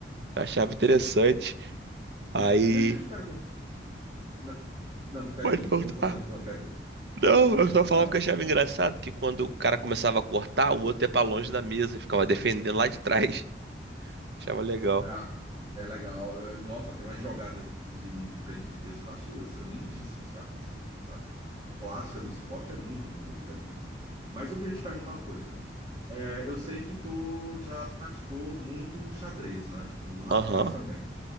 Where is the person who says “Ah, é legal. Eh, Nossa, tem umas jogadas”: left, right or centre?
Right